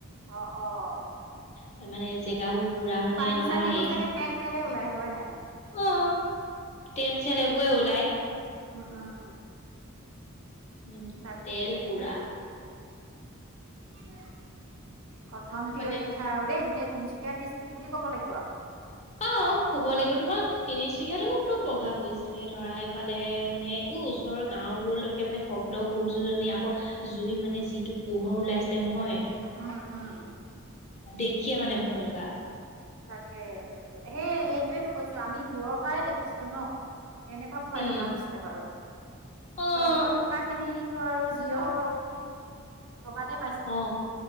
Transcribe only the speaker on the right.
অ', অ',
পানী
চানীবোৰ
চাগে তেল তেলে ওলাই হয় নাই?
উম- উম
তাকে
দে <unintelligible> উম, প্ৰথমটি
ৰক্ষা আৰু দেই গোটেই তিনচুকীয়া ডিষ্ট্ৰিক বুলি ক'ব লাগিব আৰু।
উম, উম।
তাকে- তাকে হে- হে সেটোৱে কৈছো আমি দূৰৰ পৰা দেখিছিলো ন' এনেকুৱা ভয়
লগা হৈছিলে বাৰু
ত' ওচৰত থকা খিনিতো আৰু জি হওঁ <unintelligible>